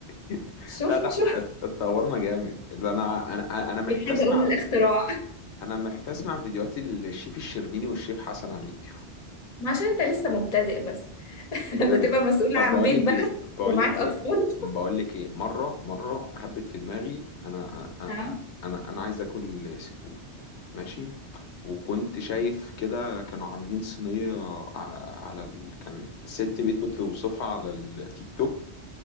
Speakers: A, on the left; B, on the left.
A: <laughs>
B: شوف
A: لا ده احنا
B: شوف
A: ات- اتطورنا جامد ده انا انا
B: <laughs>
A: انا محتاج
B: الحاجة
A: اسمع
B: أم الاختراع
A: في- انا محتاج اسمع فيديوهات الشيف الشربيني والشيف حسن على اليوتيوب
B: ما عشان انت لسه مبتدئ بس <laughs>
A: بجد
B: لما تبقى مسؤول
A: طب
B: عن
A: بقول
B: بيت
A: لك
B: بقى
A: ايه بقول
B: <laughs> ومعاك
A: لك
B: أطفال
A: ايه بقول لك ايه مره مره حبيت في دماغي انا انا
B: ها
A: انا, أنا عايز اكل سي فود ماشي وكنت شايف كده كانوا عاملين صينيه ع- على ال... كان ست بيت بتوصفها على التيك توك